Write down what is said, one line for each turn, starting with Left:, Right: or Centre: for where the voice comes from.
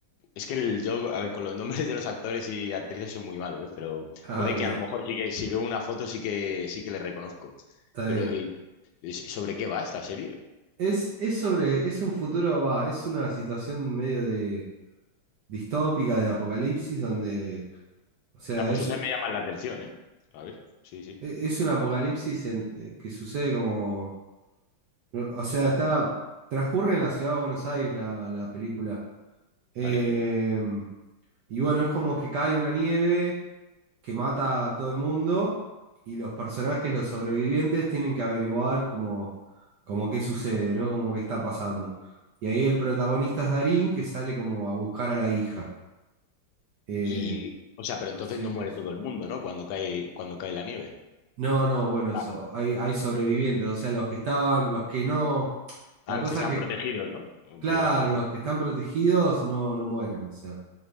Left: es que el, yo, a ver, con los nombres de los actores y actrices soy muy malo, ¿eh? Pero
Right: Ah,
Left: puede
Right: ok,
Left: que a lo mejor sí que si veo una foto sí que sí que le reconozco.
Right: está
Left: Pero
Right: bien.
Left: eh, es- ¿sobre qué va esta serie?
Right: Es, es sobre, es un futuro, va, es una situación medio de distópica, de apocalipsis, donde, o sea,
Left: Ah, pues
Right: es,
Left: esas
Right: e,
Left: me llaman la atención, ¿eh? A ver, sí, sí,
Right: es un apocalipsis en- eh, que sucede como, no, o sea, está, transcurre en la ciudad de Buenos Aires la, la película. Eh,
Left: ¿vale?
Right: y bueno, es como que cae una nieve que mata a todo el mundo y los personajes, los sobrevivientes, tienen que averiguar como, como qué sucede, ¿no? Como qué está pasando. Y ahí el protagonista es Darín, que sale como a buscar a la hija. Eh,
Left: Y, o sea, pero entonces
Right: así
Left: no
Right: empieza.
Left: muere todo el mundo, ¿no? Cuando cae, cuando cae la nieve.
Right: No, no, bueno,
Left: La-
Right: so- hay, hay sobrevivientes, o sea, los que estaban, los que no, la
Left: ah, los
Right: cosa
Left: que están
Right: es que,
Left: protegidos, ¿no?
Right: claro,
Left: Podríamos decir.
Right: los que están protegidos no, no mueren, o sea.